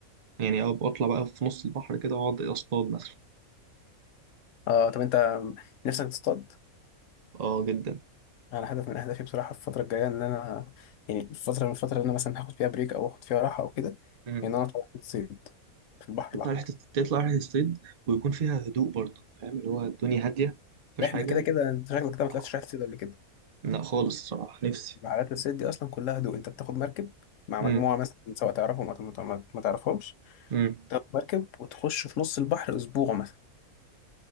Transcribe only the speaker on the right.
يعني أو اطلع بقى في نص البحر كده واقعد اصطاد مثلا
اه جدا
مم.
تطلع
رحله تطلع رحله الصيد ويكون فيها هدوء برضو فاهم اللي هو الدنيا هاديه مفيش
حاجه
آه.
لا خالص الصراحة نفسي
امم
امم